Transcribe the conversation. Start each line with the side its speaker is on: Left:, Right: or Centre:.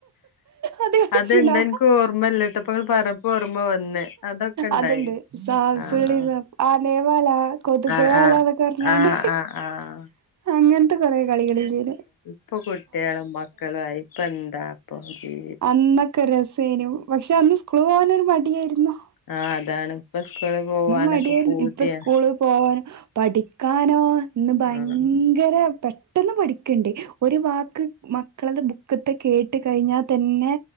Right: അത് കൾച്ചീണൊ.
Left: അത്ണ്ട് എനിക്ക് ഓർമ്മല്ലട്ടോ ഇപ്പൊ ഇങ്ങള് പറഞ്ഞപ്പോ ഓർമ്മ വന്ന് അതൊക്കെ ഇണ്ടായിന്
Right: അത്ണ്ട്. സാം
Left: ആഹ്
Right: സുള്ളി സപ് ആനേ വാലാ. കൊത്‌ക്കളെ
Left: ആഹ് ആഹ്
Right: അല്ലാന്നൊക്കെ പർഞ്ഞാണ്ട്
Left: ആഹ് ആഹ് ആഹ്
Right: അങ്ങൻത്തെ കൊറേ കളികളില്ലേ ന്യോ?
Left: പ്പ കുട്ട്യേളും, മക്കളു ആയി പ്പെന്താ പ്പൊ ഈ
Right: അന്നൊക്കെ രസേനു. പക്ഷെ അന്ന് സ്കൂള് പോവാനൊരു മടിയേരുന്നു.
Left: ആഹ് അതാണ്. പ്പൊ സ്കൂള് പോവാനൊക്കെ
Right: മടിയായിരുന്നു
Left: പൂതിയാ.
Right: ഇപ്പൊ സ്കൂള് പോവാനും. പഠിക്കാനോ ഇന്ന് ഭയങ്കര
Left: ആഹ്
Right: പെട്ടെന്ന് പഠിക്ക്ണ്ട്. ഒരു വാക്ക് മക്കളത് ബുക്ക്‌ത്തെ കേട്ട് കഴിഞ്ഞാ തന്നെ